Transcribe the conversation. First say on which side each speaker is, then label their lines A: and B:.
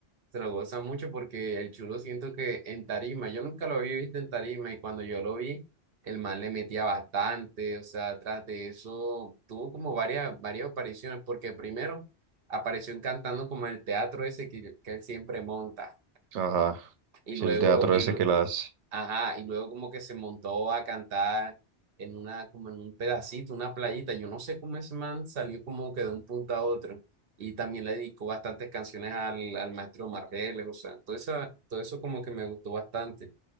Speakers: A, on the right; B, on the right.
A: se lo goza mucho porque el chulo siento que en tarima, yo nunca lo había visto en tarima y cuando yo lo vi, el man le metía bastante, o sea, tras de eso tuvo como varias, varias apariciones, porque primero apareció en cantando como en el teatro ese que, que él siempre monta
B: Ajá.
A: y
B: Sí,
A: luego,
B: el teatro
A: y,
B: ese
A: lu-
B: que la hace.
A: Ajá, y luego como que se montó a cantar en una, como en un pedacito, una playita. Yo no sé cómo ese man salió como que de un punto a otro. Y también le dedicó bastantes canciones al, al maestro Margeles, o sea, todo eso, todo eso como que me gustó bastante.